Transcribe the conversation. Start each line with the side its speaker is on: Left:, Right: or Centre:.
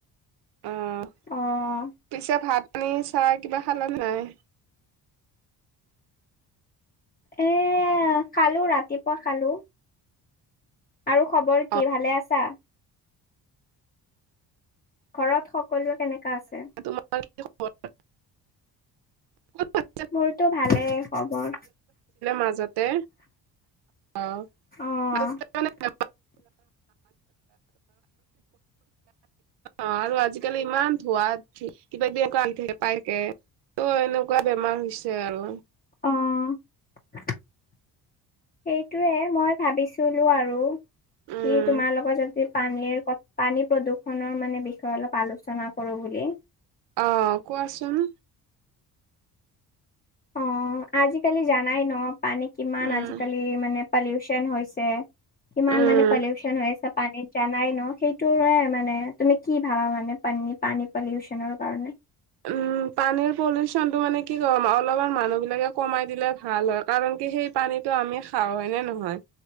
Right: অহ,
Left: অ',
Right: পিছে ভাত পানী চাহ কিবা খালা নে নাই?
Left: এ খালোঁ ৰাতিপুৱা খালোঁ। আৰু খবৰ
Right: অ
Left: কি ভালে আছা? ঘৰত সকলোৱে। কেনেকা আছে?
Right: তোমাৰ কি খবৰ। <inaudible> <unintelligible>
Left: মোৰতো ভালে খবৰ।
Right: মাজতে। অহ।
Left: অ',
Right: <unintelligible> <unintelligible> আৰু আজিকালি ইমান। ধোৱাত কিবা কিবি এনেকুৱা থাকে পাই থাকে ত' এনেকুৱা বেমাৰ হৈছে আৰু।
Left: অহ। সেইটোৱে মই ভাবিছিলো আৰু।
Right: উম।
Left: কি তোমাৰ লগত যদি। পানীৰ পানী প্ৰদূৰণৰ মানে বিষয়ে অলপ আলোচনা কৰোঁ বুলি।
Right: অহ কোৱাচোন।
Left: অ আজিকালি জানাই নহ পানী কিমান
Right: উম
Left: আজিকালি মানে। পালিউচন হৈছে কিমান
Right: উম।
Left: মানে পালিউচন হৈ আছে। পানীত জানাই নহ সেইটোৰে মানে তুমি কি ভাবা মানে পানী, পানী পালিউচনৰ কাৰণে।
Right: উম পানীৰ পলুচনটো মানে কি কম অলপমান মানুহ বিলাকে কমাই দিলে ভাল হয় কাৰণ। সেই পানীটো আমি খাওঁ হয় নে নহয়